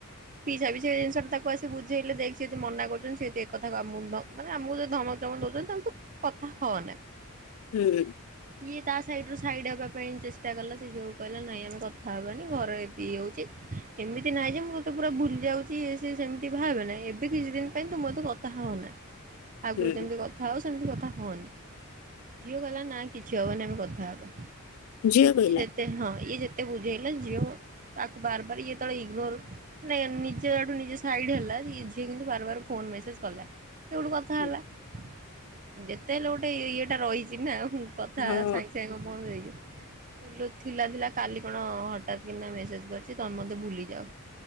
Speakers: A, on the right; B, on the left.
A: ପିସାବି ସେଇଜିନିଷଟା ତାକୁ ଆସି ବୁଝେଇଲେ ଦେଖ ସିଏଯଦି ମନା କରୁଛନ୍ତି ସିଏ ଏକଥାକୁ ଆମକୁ ମାନେ ଆମକୁ ଯଦି ଧମକ ଚମକ ଦଉଛନ୍ତି ତାଙ୍କୁୁ କଥା ହଅନା
B: ହୁଁ,
A: ଇଏ ତା ସାଇଡ଼ୁ ସାଇଡ଼୍ ହେବା ପାଇଁ ଚେଷ୍ଟା କଲା ସେ ଝିଅକୁ କହିଲା ନାଇଁ ଆମେ କଥା ହେବାନି ଘରେ ଇଏ ହେଉଛି ଏମିତି ନାହିଁ ଯେ ମୁଁ ତତେ ପୁରା ଭୁଲି ଯାଉଛି ଇଏ ସିଏ ସେମିତି ଭାବନା ଏବେ କିଛି ଦିନ ପାଇଁ ତୁ ମୋଷହିତ କଥା ହୋଅନା। ଆଗରୁ
B: ହୁଁ
A: ଯେମିତି କଥା ହଉ ସେମିତି କଥାହନି ଝିଅ କହିଲା ନାଇଁ କିଛି ହେବନି ଆମେ କଥା ହେବା।
B: ଝିଅ କହିଲା
A: ଇଏ ଯେତ ହଁ ଇଏ ଯେ ଏତେ ବୁଝେଇଲା ଝିଅ ତାକୁ ବାରବାର ଇଏ ତଳେ ଇଗ୍ନୋର ନିଜଆଡୁ ନିଜେ ସାଇଡ ହେଲା ଝିଅ କିନ୍ତୁ ବାର ବାର ଫୋନ ମେସେଜ କଲା। ସେଉଠୁ କଥା
B: ହୁଁ
A: ହେଲା, ଯେତେ ହେଲେ ଗୋଟେ ଇଏଟା ରହିଛି ନା କଥା
B: ହଁ
A: ସାଙ୍ଗେ ସାଙ୍ଗେ ମନ ଥିଲା ଥିଲା କାଲି କଣ ହଠାତ୍ କିନା ମେସେଜ କରିଛି ତମେ ମତେ ଭୁଲି ଯାଅ